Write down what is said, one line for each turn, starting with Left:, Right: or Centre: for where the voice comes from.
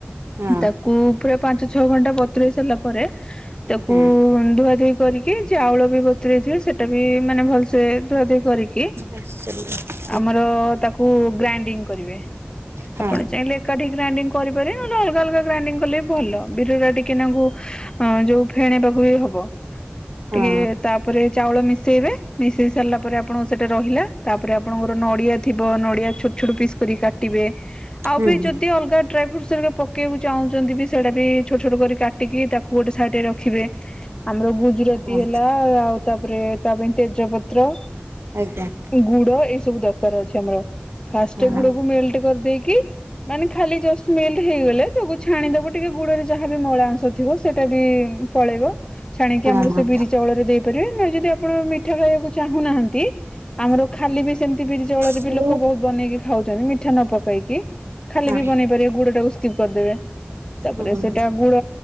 Right: ହଁ।
Left: ତାକୁ ପୁରା ପାଞ୍ଚ ଛଅ ଘଣ୍ଟା ବତୁରଇ ସାରିଲା ପରେ ତାକୁ
Right: ହୁଁ
Left: ଧୁଆ ଧୁଇ କରିକି ଚାଉଳ ବି ବତୁରଇ ଥିବେ ସେଟା ବି ମାନେ ଭଲ୍ ସେ ସେ ଧୁଆ ଧୁଇ କରିକି
Right: <unintelligible>
Left: ଆମର ତାକୁ ଗ୍ରାଇଣ୍ଡିଙ୍ଗ କରିବେ
Right: ହଁ
Left: ଆପଣ ଚାହିଁଲେ ଏକାଠି ଗ୍ରାଇଣ୍ଡିଙ୍ଗ କରିପାରିବେ ନହେଲେ ଅଲଗା ଅଲଗା ଗ୍ରାଇଣ୍ଡିଂ କଲେ ଭଲ ବିରି ଟିକେ ନାଙ୍କୁ ହଁ ଯୋଉ ଫେଣେଇବାକୁ ବି ହବ
Right: ହଁ
Left: ଟିକେ ତାପରେ ଚାଉଳ ମିଶେଇବେ ମିଶେଇ ସାରିଲା ପରେ ଆପଣଙ୍କ ସେଟା ରହିଲା ତାପରେ ଆପଣଙ୍କର ନଡ଼ିଆ ଥିବ ନଡ଼ିଆ ଛୋଟ ଛୋଟ ପିସ୍ କର କାଟିବେ ଆଉ
Right: ହୁଁ
Left: ବି ଯଦି ଅଲଗା ଡ୍ରାଇ ଫ୍ରୁଟ୍ସ ହେରିକା ପକେବାକୁ ଚାହୁଛନ୍ତି ବି ସେଇଟା ବି ଛୋଟ ଛୋଟ କରି କା କାଟିକି ତାକୁ ଗୋଟେ ସାଇଟିରେ ରଖିବେ ଆମର ଗୁଜୁରାତି
Right: ହଁ
Left: ହେଲା, ଆଉ ତାପରେ ତାପାଇଁ ତେଜ ପତ୍ର
Right: ଆଜ୍ଞା।
Left: ଗୁଡ଼ ଏଇ ସବୁ ଦରକାର ଅଛି ଆମର ଫାଷ୍ଟ
Right: ହଁ।
Left: ଗୁଡ଼କୁ ମେଲ୍ଟ କରିଦେଇକି ମାନେ ଖାଲି ଜଷ୍ଟ ମେଲ୍ଟ ହେଇଗଲେ ତାକୁ ଛାଣିଦବ ଟିକେ ଗୁଡ଼ରେ ଯାହାବି ମଳା ଅଂଶ ଥିବ ସେଇଟା ବି ପଳେଇବ ଛାଣିକି
Right: ହଁ
Left: ଆମର
Right: ହଁ
Left: ସେ ବିରି ଜଳରେ ଦେଇପାରିବେ ନାଇ ଯଦି ଆପଣ ମିଠା ଖାଇବାକୁ ଚାହୁଁନାହାନ୍ତି ଆମର ଖାଲି ବି ସେମିତି ବିରି ଚାଉଳରେ
Right: ହଁ
Left: ବି ଲୋକ ବହୁତ ବନେଇକି ଖାଉଛନ୍ତି ମିଠା ନ ପକେଇକି। ଖାଲି
Right: ହଁ
Left: ବି ବନେଇ ପାରିବେ ଗୁଡ଼ ଟାକୁ ସ୍କିପ୍ କରିଦେବେ ତାପରେ
Right: ହଁ
Left: ସେଟା ଗୁଡ଼